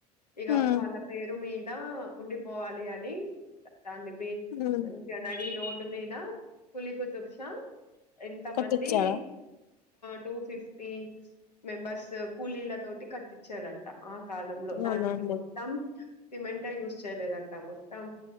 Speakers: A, on the left (about 85°); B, on the left (about 70°).
A: ఇగా
B: ఉమ్
A: వాళ్ళ పేరు మీ దా ఉండిపోవాలి అని దన్ని బి
B: ఉమ్
A: మంచిగా నడి రోడ్ మీద కులి కుతుబ్ష ఎంత
B: కట్టించాడా
A: మంది టూ ఫిఫ్టీ మెంబర్స్ కూలీల తోటి కట్ తీచ్చాడంట. ఆ కాలంలో
B: అవునండి
A: దానికి మొత్తం సిమెంటే యూస్ చేయలేదంటా మొత్తం